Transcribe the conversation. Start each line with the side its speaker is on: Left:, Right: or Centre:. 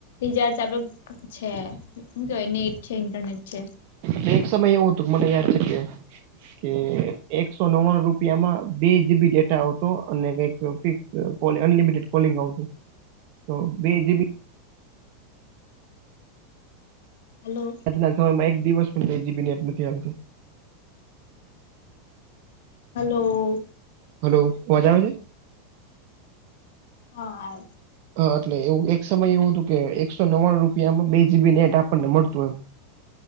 Left: રિચાર્જ આ છે કેવાય નેટ છે ઇન્ટરનેટ છે.
Right: ને એક સમય એવું હતું મને યાદ છે કે કે એકસો નવાણું રૂપિયામાં બે જીબી ડેટા આવતો અને કઈક ફિક્સ કોલ અનલિમિટેડ કોલિંગ આવતું તો બે જીબી
Left: હલો
Right: આજના સમયમાં એક દિવસ પણ બે જીબી નેટ નથી આવતું.
Left: હાલો,
Right: હલો અવાજ આવે છે?
Left: હ આવે છે
Right: હ એટલે એવું એક સમય એવું હતું કે એકસો નવ્વાણું રૂપિયામાં બે જીબી નેટ આપણને મળતું એમ.